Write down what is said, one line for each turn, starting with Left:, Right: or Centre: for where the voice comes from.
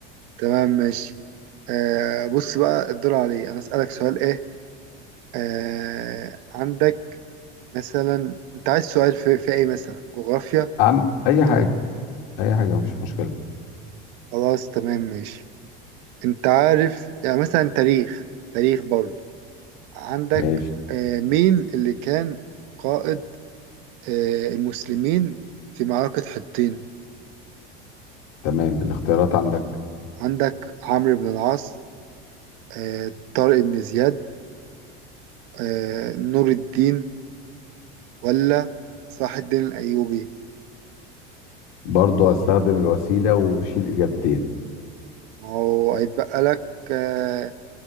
Right: تمام ماشي آه بص بقى الدور عليه أنا أسألك سؤال إيه آه عندك مثلا أنت عايز سؤال في, في إيه مثلا جغرافيا
Left: أم
Right: ولا
Left: أي
Right: تاريخ
Left: حاجة أي حاجة مفيش مشكلة
Right: خلاص تمام ماشي انت عارف يعني مثلا تاريخ تاريخ برضه عندك
Left: ماشي
Right: آه، مين اللي كان قائد آه، المسلمين في معركة حطين
Left: تمام الاختيارات عندك
Right: عندك عمرو بن العاص آه، طارق بن زياد آه، نور الدين ولا صلاح الدين الأيوبي
Left: برضو هستخدم الوسيلة وشيل إجابتين
Right: ما هو هيتبقى لك آه،